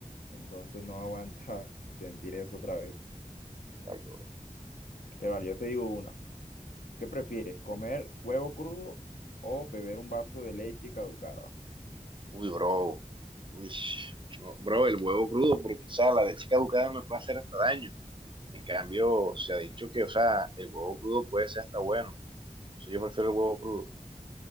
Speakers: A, on the left; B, on the right.
A: Entonces no aguanta <laughs> sentir eso otra vez.
B: Exacto, bro.
A: Pero vale, yo te digo una. ¿Qué prefieres? ¿Comer huevo crudo o beber un vaso de leche caducada?
B: Uy, bro. Uy, no, bro, el huevo crudo, porque, o sea, la leche caducada me puede hacer hasta daño. En cambio, se ha dicho que, o sea, el huevo crudo puede ser hasta bueno. Entonces yo prefiero el huevo crudo.